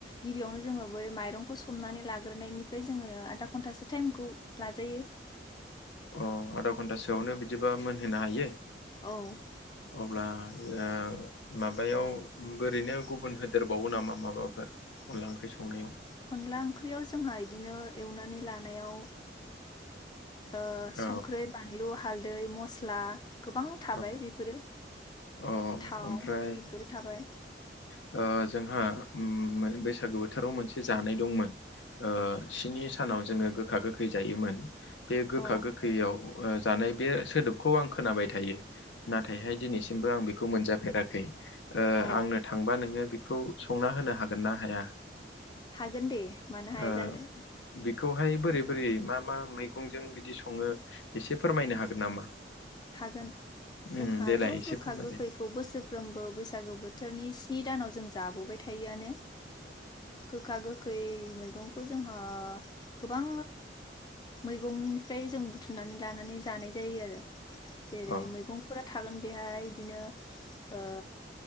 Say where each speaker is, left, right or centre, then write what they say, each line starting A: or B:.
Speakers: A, on the left (about 25°); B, on the left (about 90°).
A: गिबियावनो जोङो बै माइरंखौ सोमनानै लाग्रोनायनिफ्राय जोङो आधा घन्टासो टाइमखौ लाजायो।
B: अ आधा घन्टासोआवनो बिदिबा मोनहोनो हायो?
A: औ।
B: अब्ला ओ माबायाव ओरैनो गुबुन होदेरबावो नामा माबाफोर अनला ओंख्रि संनायाव?
A: अनला ओंख्रियाव जोंहा इदिनो एवनानै लानायाव ओ
B: औ
A: संख्रै बानलु हाल दै मस्ला गोबां थाबाय
B: औ
A: बेफोरो
B: अ
A: थाव
B: ओमफ्राय
A: बेफोरो थाबाय।
B: ओ जोंहा उम मोन बैसागो बोथोराव मोनसे जानाय दंमोन ओ स्नि सानाव जोङो गोखा गोखै जायोमोन। बे गोखा
A: औ
B: गोखैयाव ओ जानाय बे सोदोबखौ आं खोनाबाय थायो नाथायहाय दिनैसिम बिखौ मोनजाफेराखै ओ
A: अ
B: आंनो थांबा नोङो। बेखौ संना होनो हागोन ना हाया
A: हागोन दे मानो हाया
B: ओ
A: जानो।
B: बेखौहाय बोरै-बोरै मा-मा मैगंजों बिदि सङो एसे फोरमायनो हागोन नामा
A: हागोन जोंहाथ'
B: उम देलाय
A: गोखा
B: एसे
A: गोखा
B: फोरमायलाय
A: गोखैखौ बोसोरफ्रोमबो बैसागो बोथोरनि स्नि दानाव जों जाबोबाय थायोआनो गोखा गोखै मैगंखौ जोंहा गोबां मैगंनिफ्राय जों बुथुमनानै लानानै जानाय जायो आरो। जेरै
B: अ
A: मैगंफोरा। थागोन बेहाय इदिनो ओ